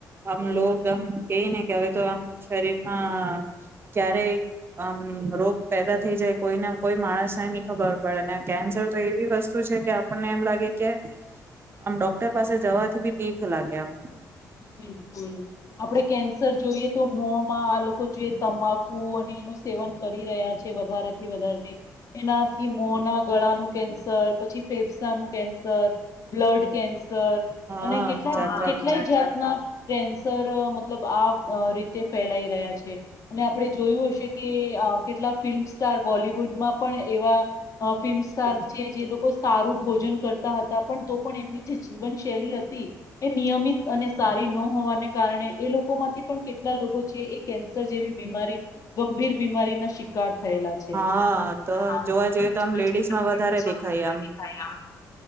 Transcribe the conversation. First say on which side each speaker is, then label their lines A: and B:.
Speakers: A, on the right; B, on the left.
A: હમ લોગ આમ કે ને કે હવે તો આમ શરીરમાં ક્યારેય અ રોગ પેદા થઈ જાય કોઈને કોઈ માણસને ની ખબર પડેને કેન્સર તો એવી વસ્તુ છે કે આપણને એમ લાગે કે આમ ડોક્ટર પાસે જવાથી બી બીક લાગે એમ.
B: બિલકુલ આપડે કેન્સર જોઈએ તો મોમાં લોકો જે તમાકુ અને એનું સેવન કરી રહ્યા છે, વધારેથી વધારેથી એનાથી મોના ગળાનું કેન્સર પછી ફેફસાનું કેન્સર, બ્લડ કેન્સ તે સર
A: હા
B: અને કેટલાય
A: જાત જાતના
B: કેટલાય જાતના કૅન્સ સર મતલબ આ અ રીતે ફેલાઈ રહ્યા છે અને આપડે જોયું હશે કે અ કેટલા ફિલ્મ સ્ટાર બોલિવુડમાં પણ એવા અ ફિલ્મ સ્ટાર
A: તો
B: છે જે લોકો સારું ભોજન કરતા હતા પણ તો પણ એમની જે જીવનશૈલી હતી એ નિયમિત અને સારી ન હોવાને કારણે એ લોકો માંથી પણ કેટલા લોકો છે એ કેન્સર જેવી બીમારી ગંભીર બીમારી ના શિકાર થયેલા છે.
A: હા તો
B: <unintelligible>
A: જોવા જઈએ તો આમ લેડીઝમાં વધારે દેખાય આમ